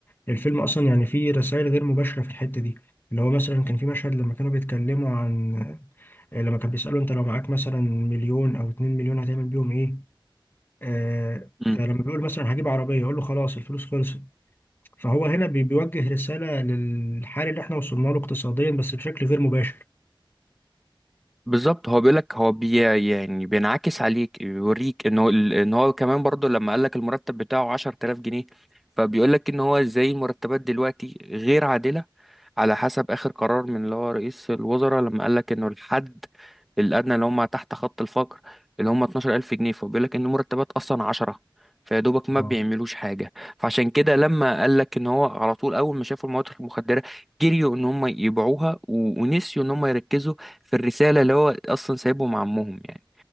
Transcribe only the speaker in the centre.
مم.
بالظبط هو بيقولك هو بي يعني بينعكس عليك بيوريك ان هو ان هو كمان برضو لما قالك المرتب بتاعه 10000 جنيه فبيقولك ان هو ازاي المرتبات دلوقتي غير عادلة على حسب آخر قرار من اللي هو رئيس الوزراء لما قال لك إنه الحد الأدنى اللي هم تحت خط الفقر اللي هم 12000 جنيه فبيقول لك إن مرتبات أصلا 10 فيا دوبك ما
بيعملوش حاجة فعشان كده لما قال لك إن هو على طول أول ما شافوا المواد المخدرة جريوا إن هم يبيعوها و- ونسيوا إن هم يركزوا في الرسالة اللي هو أصلا سايبهم عمهم يعني